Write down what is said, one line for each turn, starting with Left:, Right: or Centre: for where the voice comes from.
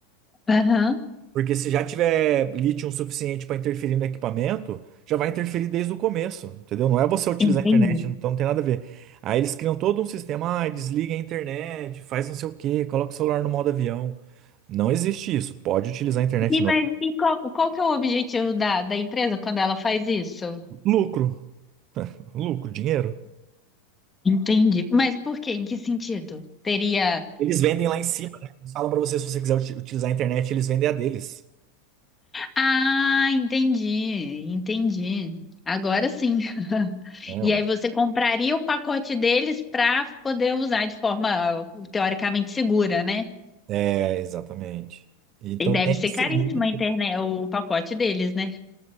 Left: Aham,
Right: Porque se já tiver lítio suficiente para interferir no equipamento, já vai interferir desde o começo, entendeu? Não é você utilizar
Left: entendi.
Right: a internet, então não tem nada a ver. Aí eles criam todo um sistema, ah, desliga a internet, faz não sei o quê, coloca o celular no modo avião. Não existe isso. Pode utilizar a internet
Left: E, mas
Right: normal.
Left: e qual, qual que é o objetivo da, da empresa quando ela faz isso?
Right: Lucro, lucro, dinheiro.
Left: Entendi. Mas por quê? Em que sentido? Teria.
Right: Eles vendem lá em cima, né? Eles falam para você, se você quiser uti- utilizar a internet, eles vendem a deles.
Left: Ah, entendi, entendi. Agora sim. <laughs>
Right: Não.
Left: E aí você compraria o pacote deles para poder usar de forma teoricamente segura, né?
Right: É, exatamente. Então
Left: E deve
Right: tem
Left: ser
Right: esse
Left: caríssimo
Right: mito.
Left: a internet, o pacote deles, né?